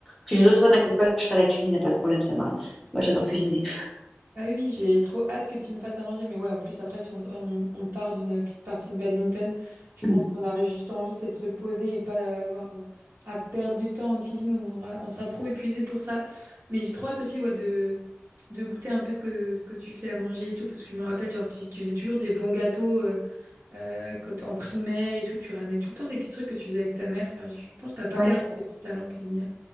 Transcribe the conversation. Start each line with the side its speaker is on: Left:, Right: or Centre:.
Centre: Puis les autres fois, t'inquiète pas, je ferai la cuisine, y a pas de problème, ça m'a. Moi, j'adore cuisiner.
Right: Ah oui, oui, j'ai trop hâte que tu me fasses à manger. Mais ouais, en plus, après, si on, on- on part d'une petite partie de badminton, je pense
Centre: Mm.
Right: qu'on aurait juste envie, c'est de se poser et pas d'avoir euh, à perdre du temps en cuisine. On aura, on sera trop épuisé pour ça. Mais j'ai trop hâte aussi, ouais, de, de goûter un peu ce que, ce que tu fais à manger et tout. Parce que je me rappelle, genre, tu, tu faisais toujours des bons gâteaux euh, euh, quand- en primaire et tout. Tu ramenais tout le temps des petits trucs que tu faisais avec ta mère. Enfin, je pense que t'as pas
Centre: Ouais.
Right: perdu tes petits talents cuisinières.